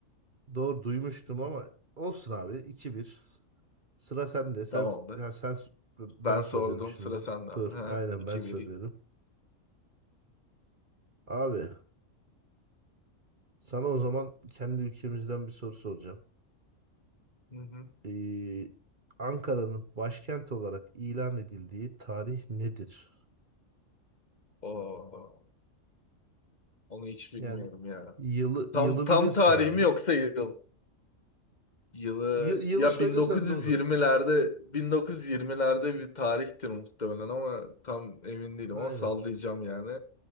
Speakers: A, on the right; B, on the left.
A: Doğru duymuştum
B: Hı hı.
A: ama olsun abi iki bir Sıra sende. Sen
B: Tamamdır.
A: ya sen ben
B: Ben
A: soruyorum
B: sordum
A: şimdi.
B: sıra sende. Ha,
A: Dur. Aynen
B: iki
A: ben soruyorum.
B: vereyim.
A: Abi sana o zaman kendi ülkemizden bir soru soracağım.
B: Hı hı.
A: e, Ankara'nın başkent olarak ilan edildiği tarih nedir?
B: Oo, onu hiç bilmiyorum
A: Yani
B: ya.
A: yılı
B: Tam
A: yılı
B: tam
A: bilirsin
B: tarihimi
A: abi.
B: yoksa yıl. Yılı
A: Yı- yılı
B: ya
A: söylesen
B: 1920'lerde
A: de olur.
B: 1920'lerde bir tarihtir muhtemelen ama tam emin değilim
A: Aynen.
B: ama sallayacağım yani.